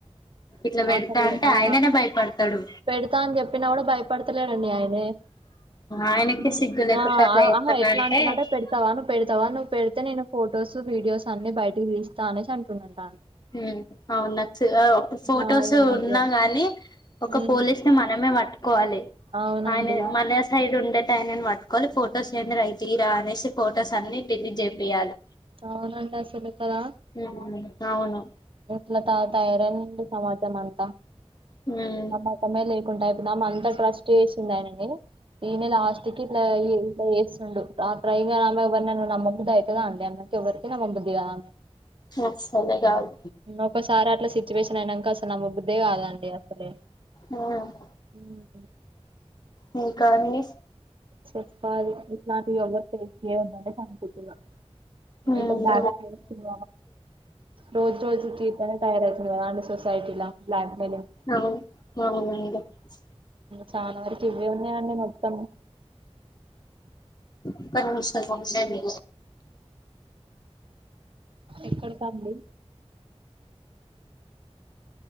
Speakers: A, on the left; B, on the right.
A: ఇట్లా
B: ఆ
A: పెడతా
B: సరే
A: అంటే
B: ఆ
A: ఆయననే భయపడతాడు
B: పెడతా అని చెప్పినా కూడా భయప పడతలేడండి ఆయనే
A: ఆయనకి
B: ఉ
A: సిగ్గు లేకుండా
B: హా
A: అట్లా చెప్తున్నా
B: ఎట్లా
A: అంటే
B: అంటున్నట్ట పెడతావా నువ్వు పెడతావా నువ్వు పెడితే నేను ఫొటోస్ వీడియోస్ అన్ని బయట తీస్తా అనేసి అంటునడంట
A: ఉ అవు నా ఫొటోస్
B: ఆ ఈ మధ్య
A: ఉన్నా గానీ ఒక
B: ఉమ్
A: పోలీస్ ని మనమే పట్ కోవాలి
B: అవునండి
A: ఆయన మన సైడ్ ఉండేట్ ఐనాను పట్టుకోవాలి ఫొటోస్ తియ్యురా అనేసి ఫొటోస్ అన్ని డిలీట్ చేపియాలే
B: అవునంటా అసలు కదా
A: ఉమ్ అవును
B: ఇలా త తయరన్ డి సమాజమంత
A: హ్మ్
B: మతమే లేకుండానే ఆమె అంతా ట్రస్ట్ చేసింది ఆయననీ డి ఈనెలాస్ట్ కిట్లఈ ఇట్లచేస్తుండు ఆ ట్రైగర్ ఆ అమ్మాయ్ కి బన్న నమ్మబుద్ధి అయితధా అండి <inaudible> ఎవరి తే నమ్మబుద్ధి కాదు
A: అస్సలే కాదు
B: ఒకసారి అట్లా సే సిచువేషన్ అనాన్ క అసలు నమ్మబుద్దే కాదండి అసలే
A: ఉమ్
B: ఉమ్,
A: మీకా అండి
B: చెప్పాలి ఇట్లాంటి ఏవరు టయ ఉందనే అనుకుంటున్నా
A: ఉమ్
B: ఇట్ బ్లాక్మెెయిల్స్ రోజు రోజు కిట్లనే తయారవుతది కదా అండి సొసైటీలా బ్లాక్ మెయిలింగ్
A: అవును అవునండి ఒక్క
B: చానా వరకు ఎవ్వెఉన్నాయండి మొత్తం
A: ఒక నిమిషం ఉండండి
B: ఎక్కడ తండి